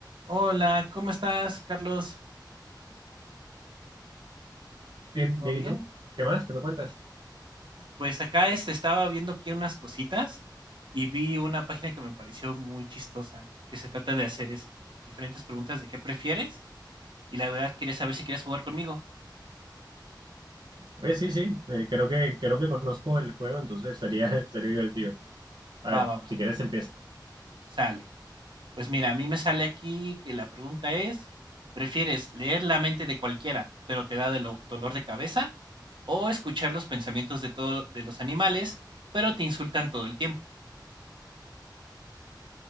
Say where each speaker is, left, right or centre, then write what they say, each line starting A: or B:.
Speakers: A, on the right; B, on the right.
A: Hola, ¿cómo estás, Carlos?
B: Bien,
A: ¿Todo
B: bien,
A: bien?
B: ¿y tú? ¿Qué más? ¿Qué me cuentas?
A: Pues acá este, estaba viendo aquí unas cositas y vi una página que me pareció muy chistosa, que se trata de hacer este, diferentes preguntas de qué prefieres y la verdad quería saber si quieres jugar conmigo.
B: Oye, sí, sí, eh, creo que, creo que conozco el juego, entonces estaría, estaría <laughs> divertido. A ver,
A: Va, va,
B: si
A: va,
B: quieres empieza.
A: sale. Pues mira, a mí me sale aquí que la pregunta es, ¿prefieres leer la mente de cualquiera, pero te da de lo- dolor de cabeza? ¿O escuchar los pensamientos de todo, de los animales, pero te insultan todo el tiempo?